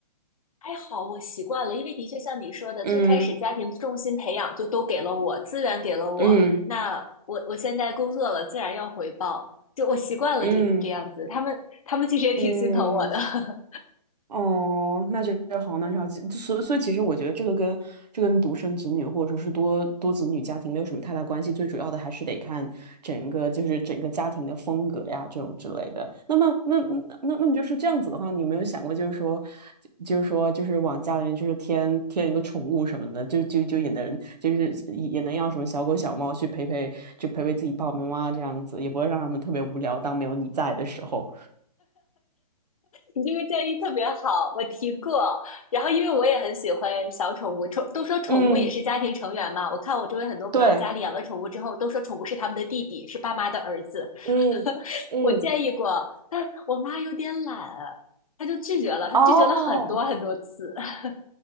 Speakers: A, on the left (about 55°); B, on the right (about 75°).
A: 还好我习惯了，因为的确像你说的，
B: 嗯
A: 最开始家庭重心培养就都给了我，资源给了我，
B: 嗯
A: 那我我现在工作了，自然要回报，就我习惯了这这样子，
B: 嗯
A: 他们他们其实也挺心疼我的。
B: 嗯，
A: <laughs>
B: 哦，那这个好，那就好，就所以所以其实我觉得这个跟这跟独生子女或者说是多多子女家庭没有什么太大关系，最主要的还是得看整个就是整个家庭的风格呀这种之类的。那么那那那那么就是这样子的话，你有没有想过就是说就是说就是往家里面就是添添一个宠物什么的，就就就也能就是也能要什么小狗小猫去陪陪就陪陪自己爸爸妈妈这样子，也不会让他们特别无聊，当没有你在的时候。
A: 你这个建议特别好，我提过。然后因为我也很喜欢小宠物，宠都说宠物也是家庭成员嘛。
B: 嗯，
A: 我看我周围很多朋友家里养了宠物之后，
B: 对。
A: 都说宠物是他们的弟弟，是爸妈的儿子。
B: 嗯嗯。
A: <laughs> 我建议过，但我妈有点懒，她就拒绝了，她拒绝了很多很多次。
B: 哦，
A: <laughs>